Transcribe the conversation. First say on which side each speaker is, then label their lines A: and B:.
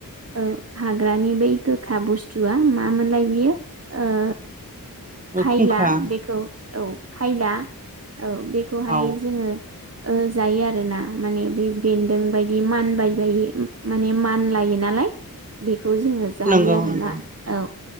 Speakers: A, on the right; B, on the right.
A: ओ हाग्रानि बै गोखा बुस्थुआ मामोनलाय बियो? ओ
B: औ
A: खायला
B: खुंखा
A: बेखौ औ खायला औ बेखौहाय
B: औ
A: जोङो ओ जायो आरो ना माने बे बेन्दों बायदि मानबाय बायो माने मान लायो नालाय बेखौ जोङो जायो
B: नंगौ
A: आरोना
B: नंगौ
A: औ